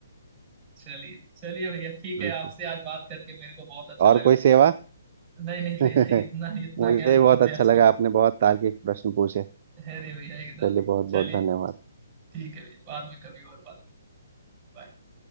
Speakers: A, on the right; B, on the right.
A: चलिए चलिए भैया ठीक
B: बिल्कुल
A: है आपसे आज बात करके मेरे को बहुत अच्छा लगा
B: और कोई सेवा
A: नहीं नहीं भैया
B: <laughs>
A: इतना इतना
B: मुझे
A: ज्ञान बहुत
B: बहुत अच्छा
A: है आज
B: लगा
A: की
B: आपने बहुत तार्किक प्रश्न पूछे
A: अरे भैया एकदम
B: चलिए बहुत
A: चलिए
B: बहुत धन्यवाद
A: ठीक है भैया बाद में कभी और बात करें Bye.